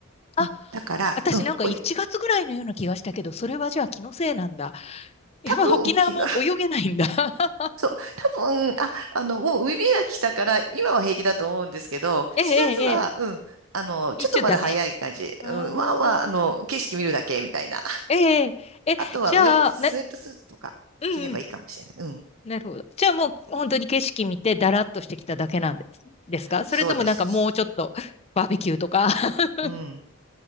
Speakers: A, on the left; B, on the right.
A: あ、
B: うん、だから、
A: 私なんか1月ぐらいのような気がしたけど、
B: うん、おい、
A: それはじゃあ気のせいなんだ。<laughs> やっぱ沖縄も泳げないんだ。
B: 多分昨日
A: <laughs>
B: そう、多分、あ、あの、もう海開きしたから、今は平気だと思うんですけど、
A: ええ、
B: 4月は、
A: ええ、ええ。
B: うん、あの、
A: 一応ダメ。
B: ちょっとまだ早い感じ。
A: うーん。
B: うん、まあまあ、あの、景色見るだけみたいな。
A: ええ、え、
B: あとはウェット、
A: じゃあ、
B: スウェットスーツとか着ればいいかもしれない。
A: な、うんうん。
B: うん、
A: なるほど。じゃあもう本当に景色見てだらっとしてきただけなんですですかそれともなんかもうちょっとバーベキューとか。
B: そうです。
A: <laughs>
B: うん。